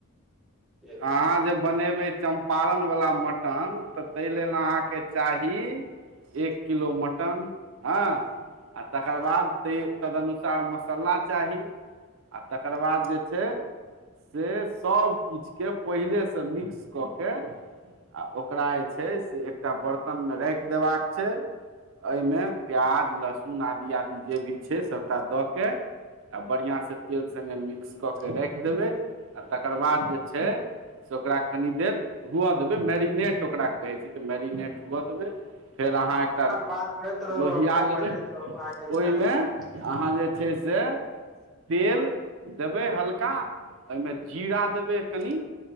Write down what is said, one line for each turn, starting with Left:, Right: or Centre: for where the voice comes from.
Centre: अछि
Right: अहाँ जे बनेबै चंपारण वला मटन तऽ ताहि लेल अहाँके। चाही एक किलो मटन। हँ, आ तकर बाद त तदनुसार मस्सला चाही। आ तकर बाद जे छै से सभ। किछ के पहिले मिक्स कऽ के आ ओकरा जे छै से एकटा बर्। तन में राखि देबाक छै। एहिमें प्याज, लहसुन, आदि, आदि जे भी छै सभटा दऽ कऽ। आ बढ़िआँ से तेल संगे मिक्स कऽ के रइख देबै आ तकर बाद जे। छै से ओकरा कनी देर हूअऽ देबइ मेरिनेट। तऽ ओकरा कहै छै तऽ मैरिनेट हुअ देबै। फेर अहाँ एकटा
Centre: बात करैत रहू
Right: लोहिआ
Centre: अपने
Right: लेबै,
Centre: बजैत रहू अहाँके रुपैआ
Right: ओहिमें
Centre: मिलत
Right: अहाँ जे। छै से तेल देबै हल्का, ओमें जीरा देबै। कनी।